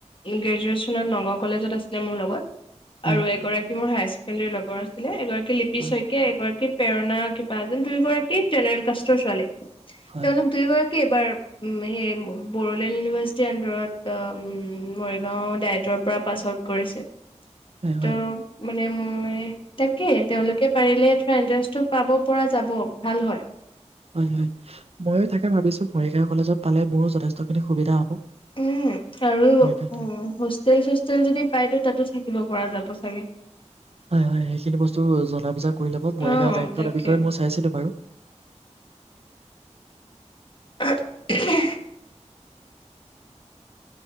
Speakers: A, on the left; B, on the right.
A: গ্ৰেজুৱে্বনত নগাঁও কলেজত আছিলে মোৰ লগত
B: হয়
A: আৰু এগৰাকী মোৰ হায়াৰ ছেকেণ্ডেৰী লগৰ আছিলে লিপি
B: হয়
A: শইকীয়া এগৰাকী প্ৰেৰণা কিবা এ যেন দুয়ো গৰাকী জেনেৰেল কষ্ট ছোৱালী তেওঁলোক
B: হয়
A: দুয়োগৰাকী এইবাৰ উ সেই বড়োলেণ্ড ইউনিভাৰ্চিটিৰ আন্দাৰত মৰিগাও ডায়টৰ পৰা পাছ আউট কৰিছে
B: হয় হয়
A: ত' মানে তাকে তেওঁলোকে পাৰিলে ধৰা এণ্টাৰেঞ্চটো পাব পৰা যাব ভাল হয়
B: হয় হয় ময়ো তাকে ভাবিছো মৰিগাঁও কলেজত পালে মোৰো যথেষ্টখিনি সুবিধা হ'ব
A: উম আৰু
B: মৰিগাঁও
A: হোষ্টেল চোষ্টেল যদি পাইতো তাতো থাকিব পৰা যাব চাগে
B: হয় হয় সেইখিনি বস্তু জনা বুজা কৰি ল'ব মৰিগাঁৱৰ
A: অ
B: দায়িত্ব
A: তাকে
B: বিষয়ে মই চাইছিলো বাৰু
A: <inaudible>